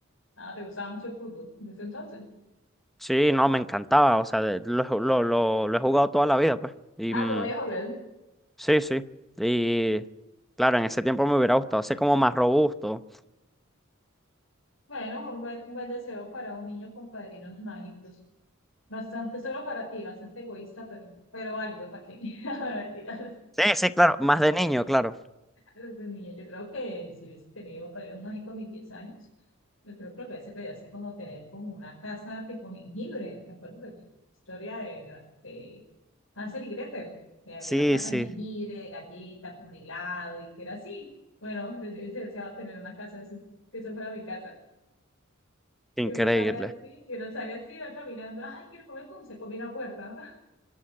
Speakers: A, on the left; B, in the centre.
A: Ah, te gustaba mucho el fútbol. Desde entonces.
B: Sí, no, me encantaba, o sea, de- lo, he ju- lo, lo, lo he jugado toda la vida, pues. Y,
A: Ah,
B: mm,
A: todavía jugar.
B: Sí, sí. Y claro, en ese tiempo me hubiera gustado ser como más robusto.
A: Bueno, un buen, un buen deseo para un niño con padrinos mágicos. Bastante solo para ti, bastante egoísta, pero, pero válido para que. <laughs> Mentira.
B: Sí, sí, claro, más de niño, claro.
A: a los de niño. Yo creo que si hubiese tenido padrinos mágicos a mis 10 años, yo creo que lo que hubiese pedido así como tener como una casa tipo jengibre. ¿Te acuerdas de la historia de, Gra- de Hansel y Gretel? De había
B: Sí,
A: una casa
B: sí,
A: en jengibre, de galletas, con helado y que era así. Bueno, yo hubiese deseado tener una casa así, que eso fuera mi casa.
B: increíble.
A: Que uno sale así, que uno sale así, va caminando, ay, quiero comer dulce, comí una puerta.